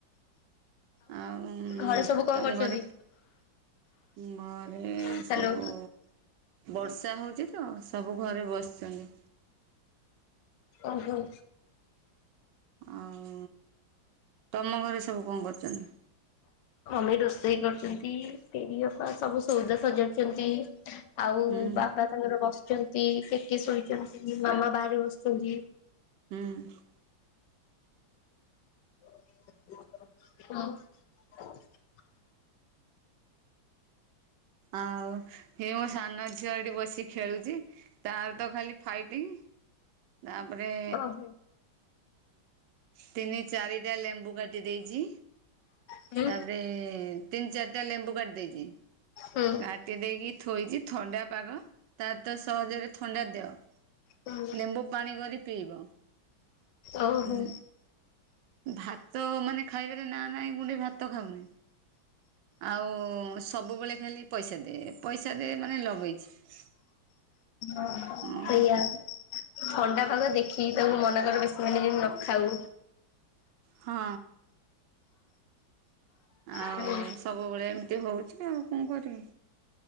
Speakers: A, on the right (about 70°); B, on the left (about 70°).
A: ଆଉ
B: ଘରେ ସବୁ କଣ
A: ତମ
B: କରୁଛନ୍ତି?
A: ଘରେ ଉଁ ଘରେ
B: ହ୍ୟାଲୋ
A: ସବୁ ବର୍ଷା ହୋଉଚି ତ ସବୁ ଘରେ ବସଚନ୍ତି।
B: ଓହୋ।
A: ଆଉ ତମ ଘରେ ସବୁ କଣ କରୁଚନ୍ତି?
B: ମମି ରୋଷେଇ କରୁଚନ୍ତି ତିନି ଅପା ସବୁ ସୋଉଦା ସଜାଡୁଚନ୍ତି। ଆଉ
A: ହୁଁ
B: ବାପା ତାଙ୍କର ବସଚନ୍ତି କେ କିଏ ଶୁଣିଚନ୍ତି ମାମା ବାହାରେ ବସିଚନ୍ତି।
A: ହୁଁ
B: ଆଁ
A: ଆଉ ହେ ମୋ ସାନ ଝିଅ ଏଇଠି ବସି ଖେଳୁଚି ତାର ତ ଖାଲି ଫାଇଟିଂ ତାପରେ
B: ଓହୋ
A: ତିନି ଚାରିଟା ଲେମ୍ବୁ କାଟି ଦେଇଚି।
B: ହୁଁ
A: ତାପରେ ତିନ ଚାରଟା ଲେମ୍ବୁ କାଟି ଦେଇଚି
B: ହୁଁ
A: କାଟି ଦେଇକି ଥୋଇଚି। ଥଣ୍ଡା ପାଗ ତାର ତ ସହଜରେ ଥଣ୍ଡା ଦେହ।
B: ହୁଁ।
A: ଲେମ୍ବୁ ପାଣି କରି ପିଇବ।
B: ଓ
A: ହୁଁ
B: ହୋ।
A: ଭାତ ମାନେ ଖାଇବାରେ ନା ନାଇଁ ଗୁଣ୍ଡେ ଭାତ ଖାଉନି ଆଉ ସବୁବେଳେ ଖାଲି ପଇସା ଦ୍ ଏ ପଇସା ଦେ ମାନେ ଲଗେଇଛି।
B: ଅହ
A: ହଁ
B: ସେଇଆ ବି ଥଣ୍ଡା ପାଗରେ ଦେଖିକି ତାକୁ ମନା କର ବେଶୀ ମାନେ ଯେମି ନ ଖାଉ।
A: ହଁ। ଆଉ
B: ହୁଁ
A: ସବୁବେଳେ ଏମିତି ହୋଉଚି ଆଉ କଣ କରିବି।